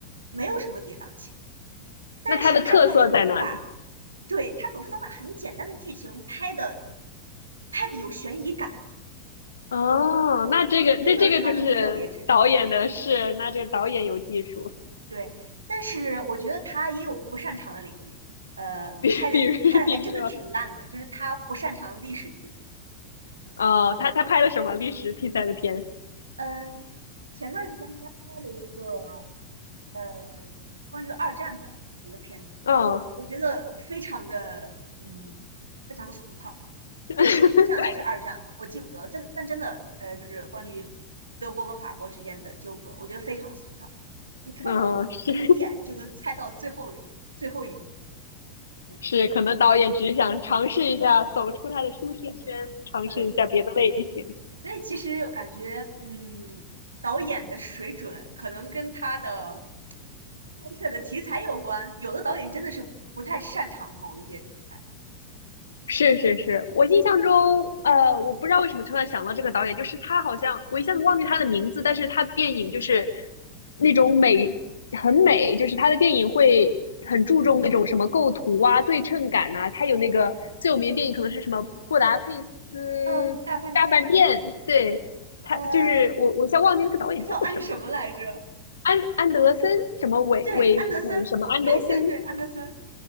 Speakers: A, on the right (about 75°); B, on the left (about 70°).
A: 没有什么跌宕起伏。但是他总是能把，
B: 那它的特色在哪里？
A: 对他总是能把很简单的剧情拍的拍的有悬疑感，
B: 哦，那这个这这个就是导演的事，
A: 这就是他的特别之处。
B: 那这个导演有技术，
A: 对，但是我觉得他也有不擅长的领域，呃，
B: 比比如比如说，
A: 拍的拍的还真的挺烂的，就是他不擅长历史题材。
B: 哦，他他拍了什么历史题材的片？
A: 嗯，前段时间他拍了一个呃关于二战的一个片子，
B: 哦，
A: 我觉得非常的嗯非常的俗套。
B: <laughs>
A: 对不起，一战还是二战，我记不得了。真但真的呃就是关于德国和法国之间的纠葛，我觉得非常俗套。你看到第一眼就能猜到最后一最后一幕，
B: 哦，是
A: 嗯，
B: 是，可能导演只想尝试一下走出他的舒适圈，尝试一下别的类型。
A: 对。所以其实我感觉，嗯，导演的水准可能跟他的拍摄的题材有关。有的导演真的是不不太擅长某一些题材。
B: 是是是，我印象中，呃，我不知道为什么突然想到这个导演，就是他好像我一下子忘记他的名字，但是他的电影就是那种美，很美，就是他的电影会很注重那种什么构图啊、对称感呐、他有那个最有名的电影可能是什么《布达佩斯大饭店》，
A: 呃，大饭店，
B: 对，他就是我，
A: 呃，
B: 我一下忘记那个导演叫什么，
A: 他叫安什么来着？
B: 安安德森什么韦韦韦什么安德森，
A: 对，安德森，对对对，安德森。